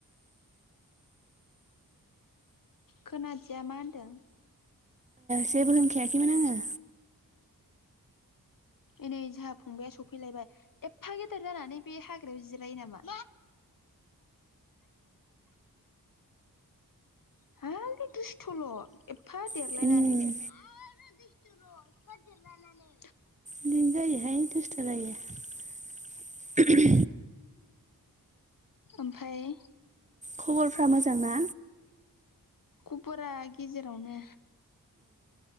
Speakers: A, on the left; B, on the right.
A: खोनादिया मा होनदों?
B: जेबो होनखायाखैमोन आङो।
A: एनै जोंहा फंबाया सफैलायबाय एफा गेदेर जानानै बे हाग्रा जिरायो नामा। हाललि दुस्थल' एफा देरलायनानै
B: उम
A: बो। ' इफा देरलायनानै।
B: बिदिनो जायोहाय दुस्थ जायो।
A: ओमफ्राय।
B: खबरफ्रा मोजां ना
A: खबरा गेजेरावनो।